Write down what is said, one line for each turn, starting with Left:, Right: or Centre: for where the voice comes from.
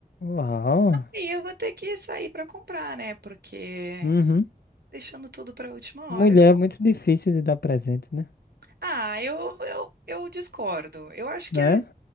Left: Uau.
Right: E eu vou ter que sair para comprar, né? Porque
Left: Uhum.
Right: deixando tudo para a última
Left: Mulher
Right: hora.
Left: é muito difícil de dar presente, né?
Right: Ah, eu, eu, eu discordo. Eu acho que
Left: Né?